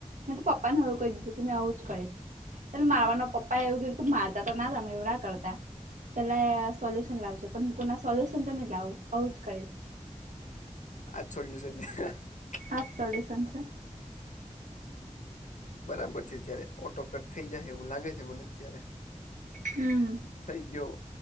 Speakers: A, on the right; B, on the left.
A: મે તો પપ્પા ને એવું કહી દીધું કેું આવું જ કરીશ ત મારવાનો પપ્પા એવું મારતા તો ના તમે એવું ના કરતા પેલા સોલ્યુશન લાવજો. પણ કોના સોલ્યુશન તો નહી લાવું આવું જ કરીશ.
B: આ સોલ્યુશન છે.
A: આ જ સોલ્યુશન છે.
B: બરાબર છે જયારે ઓટો કટ થઇ જાય એવું લાગે છે મને અત્યારે
A: હમ.
B: થઈ ગયો.